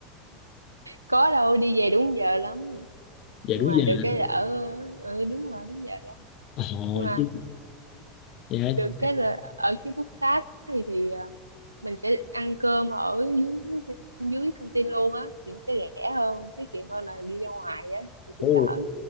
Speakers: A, on the right (about 80°); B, on the left (about 45°).
A: có đâu đi về đúng giờ lắm
B: về
A: nhưng
B: đúng
A: mà
B: giờ
A: được cái là ở ừ, đúng rồi đúng giờ lắm
B: ồ
A: nhưng mà
B: chứ dạ
A: được cái là ở ký túc xá thì thì à, mình sẽ ăn cơm ở dưới dưới căng tin luôn á thì nó sẽ rẻ hơn tiết kiệm hơn là đi ra ngoài á thì
B: ồ
A: cũng đỡ